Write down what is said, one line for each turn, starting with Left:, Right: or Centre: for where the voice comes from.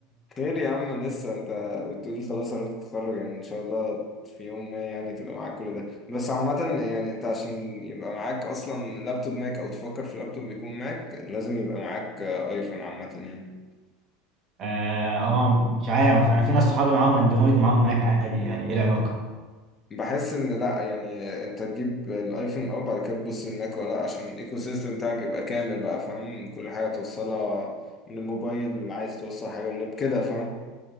Left: <laughs> خير يا عم لسه انت بتقول خلاص عرفت تتخرج يعني ان شاء الله في يوم ما يعني تبقى معاك كل ده بس عامة يعني انت عشان يبقى معاك اصلا لابتوب ماك او تفكر في لابتوب بيكون ماك لازم يبقى معاك آه، ايفون عامة يعني
Right: اه آه، مش عارف انا في ناس صحابي معاهم اندرويد ومعاهم ماك عادي يعني ايه العلاقه
Left: بحس ان لا يعني انت تجيب الايفون اه بعد كده تبص الماك ولا لا عشان الايكو سيستم بتاعك يبقى كامل بقى فاهم كل حاجه توصلها من الموبايل عايز توصل حاجه اللاب كده فاهم